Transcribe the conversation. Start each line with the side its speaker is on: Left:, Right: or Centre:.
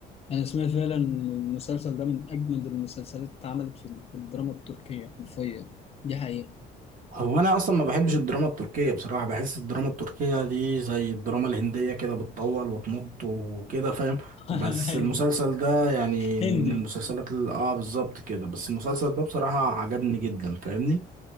Left: انا سمعت فعلا إن المسلسل ده من اجمد المسلسلات اللي اتعملت في في الدراما التركيه حرفيا دي حقيقه
Right: هو انا اصلا ما بحبش الدراما التركية بصراحة بحس الدراما التركية دي زي الدراما الهندية كده بتطول وتمط وكده فاهم
Left: <laughs>
Right: بس
Left: ايوه
Right: المسلسل ده يعني من
Left: هندي
Right: المسلسلات اللي اه بالظبط كده بس المسلسل ده بصراحة عجبني جدا فاهمني